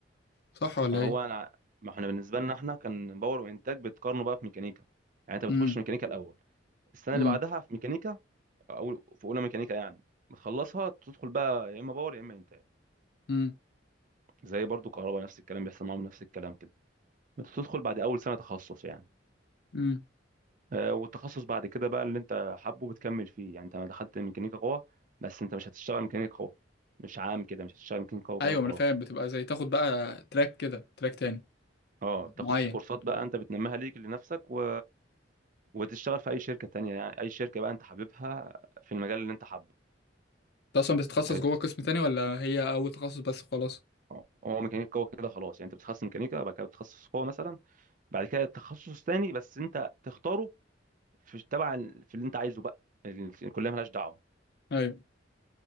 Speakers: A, on the left; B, on the right.
A: صح ولا
B: ما هو
A: ايه
B: انا ما احنا بالنسبه لنا احنا كان باور وانتاج بتقارنوا بقى في ميكانيكا يعني انت بتخش
A: امم
B: ميكانيكا الاول السنه
A: امم
B: اللي بعدها في ميكانيكا او في اولى ميكانيكا يعني بتخلصها تدخل بقى يا اما باور يا اما انتاج
A: امم
B: زي برضو كهرباء نفس الكلام بيحصل معاهم نفس الكلام كده بتدخل بعد اول سنه تخصص يعني
A: امم
B: آه، والتخصص بعد كده بقى اللي انت حابه بتكمل فيه يعني انت دخلت ميكانيكا قوة بس انت مش هتشتغل ميكانيكا قوة مش عام كده مش هتشتغل ميكانيكا قوة
A: ايوه
B: كده وخلاص
A: ما انا فاهم بتبقى زي تاخد بقى تراك كده تراك تاني
B: اه بتاخد
A: معين
B: كورسات بقى انت بتنميها ليك لنفسك و... وتشتغل في اي شركة تانية يعني اي شركة بقى انت حاببها في المجال اللي انت حابه
A: انت اصلا بتتخصص
B: حلو.
A: جوه قسم تاني ولا هي اول تخصص بس خلاص
B: اه، هو ميكانيكا قوة كده خلاص يعني انت بتتخصص ميكانيكا بعد كده بتتخصص قوة مثلا بعد كده تخصص تاني بس انت تختاره في تبع ال- في اللي انت عايزه بقى ال- الكلية مالهاش دعوة
A: ايوه